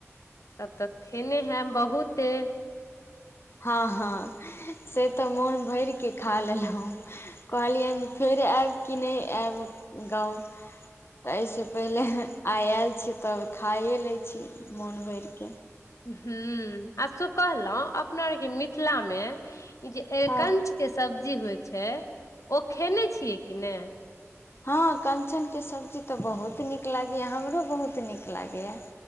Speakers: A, on the left; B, on the left.
A: तब तऽ खेने हेब बहुते
B: हँ हँ से तऽ मोन भरिके खा लेलहुँ कहलियनि जे फेर आएब कि नहि आएब गाँव तऽ एहिसँ पहिले आय आयल छी तब खाइए लै छी मोन भरिके
A: ह आ स कहलौ अपना आओरके मिथिला मे जे अरिकंच
B: हँ
A: के सब्जी होय छै ओ खेने छियै कि ने
B: हँ कञ्चनके सब्जी तऽ बहुत नीक लागैए हमरो बहुत नीक लागैए